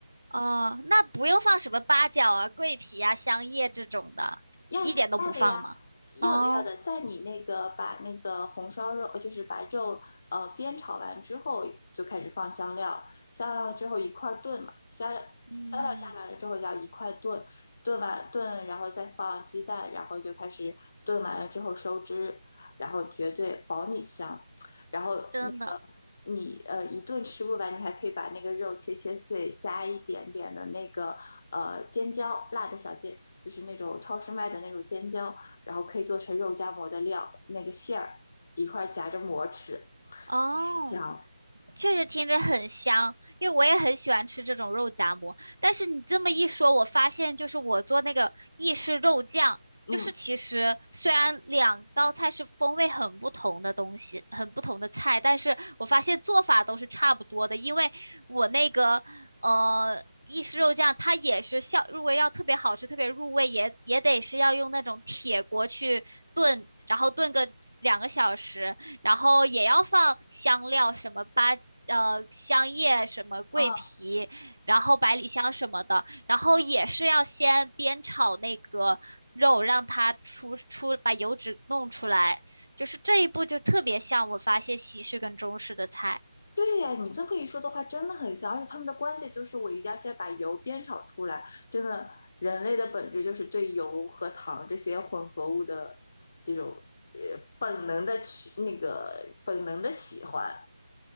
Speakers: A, on the right; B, on the left.
A: 哦，那不用放什么八角啊、桂皮啊、香叶这种的，
B: 要洗要的呀，
A: 一点都不放吗？哦，
B: 要的要的，在你那个把那个红烧肉，呃就是把肉呃煸炒完之后，就开始放香料，香料之后一块儿炖嘛，香香料加完了之后要一块炖，
A: 嗯，
B: 炖完炖，然后再放鸡蛋，然后就开始炖完了之后收汁，然后绝对保你香。然后那个你呃一顿吃不完，
A: 真的
B: 你还可以把那个肉切切碎，加一点点的那个呃尖椒，辣的小尖，就是那种超市卖的那种尖椒，然后可以做成肉夹馍的料，那个馅儿一块儿夹着馍吃，
A: 哦。
B: 香。
A: 确实听着很香，因为我也很喜欢吃这种肉夹馍。但是你这么一说，我发现就是我做那个意式肉酱，
B: 嗯，
A: 就是其实虽然两道菜是风味很不同的东西，很不同的菜，但是我发现做法都是差不多的。因为我那个呃意式肉酱，它也是效入味，如果要特别好吃、特别入味，也也得是要用那种铁锅去炖，然后炖个两个小时。然后也要放香料，什么八呃香叶、什么桂皮，
B: 啊，
A: 然后百里香什么的，然后也是要先煸炒那个肉，让它出出把油脂弄出来，就是这一步就特别像我发现西式跟中式的菜。
B: 对呀，你这么一说的话，真的很香。而且他们的关键就是我一定要先把油煸炒出来。真的，人类的本质就是对油和糖这些混合物的这种呃本能的去那个本能的喜欢。